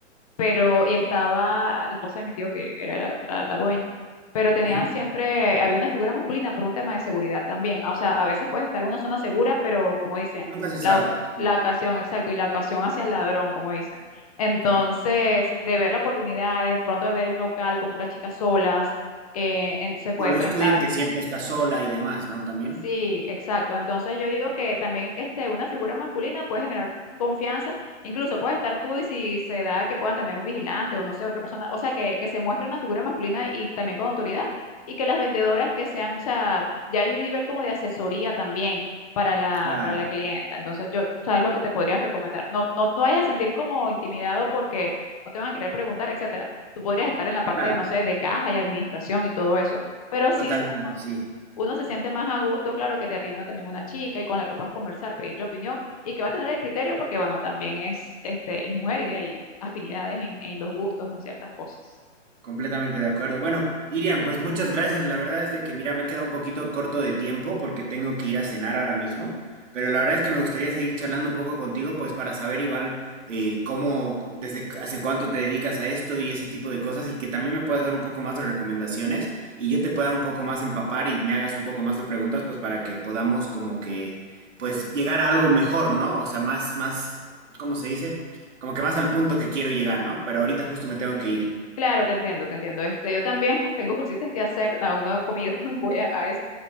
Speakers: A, on the left; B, on the right.
A: pero y estaba la esposa de mi tío que era la, la dueña, pero tenían
B: <clears throat>
A: siempre, había una figura masculina por un tema de seguridad también, o sea, a veces puedes estar en una zona segura, pero como dicen,
B: nunca se sabe.
A: la, oc-
B: Sí.
A: la ocasión, exacto, y la ocasión hacia el ladrón, como dicen. Entonces,
B: no
A: de ver la oportunidad, de pronto de ver un local con puras chicas solas, eh, en- se puede
B: O lo
A: prestar.
B: estudian que siempre está sola y demás, ¿no? También.
A: Sí, exacto. Entonces yo digo que también este, una figura masculina puede generar confianza, incluso puede estar tú y si se da que puedan tener un vigilante o no sé, otra persona, o sea, que, que se muestre una figura masculina y también con autoridad y que las vendedoras que sean, o sea, ya hay un nivel como de asesoría también para la,
B: Claro,
A: para la clienta. Entonces yo, ¿sabes lo que te podría recomendar? No, no, no vayas a sentir como intimidado porque no te van a querer preguntar, etcétera. Tú podrías estar en la parte,
B: claro,
A: no sé, de caja y administración y todo eso. Pero sí,
B: totalmente, sí.
A: uno se siente más a gusto, claro, que te atienda también una chica y con la que puedas conversar, pedirle opinión y que va a tener el criterio porque, bueno, también es, este, es mujer y de ahí afinidades en, en los gustos, en ciertas cosas.
B: Completamente de acuerdo. Bueno, Irian, pues muchas gracias. La verdad es de que, mira, me he quedado un poquito corto de tiempo porque tengo que ir a cenar ahora mismo, pero la verdad es que me gustaría seguir charlando un poco contigo, pues para saber igual eh, cómo, desde cu- hace cuánto te dedicas a esto y ese tipo de cosas y que también me puedas dar un poco más de recomendaciones y yo te pueda un poco más empapar y me hagas un poco más de preguntas, pues para que podamos como que, pues llegar a algo mejor, ¿no? O sea, más, más, ¿cómo se dice? Como que más al punto que quiero llegar, ¿no? Pero ahorita justo me tengo que ir.
A: Claro, te entiendo, te entiendo. Este, yo también <laughs> tengo cositas que hacer, no, aún no he comido, <laughs> voy a, a eso.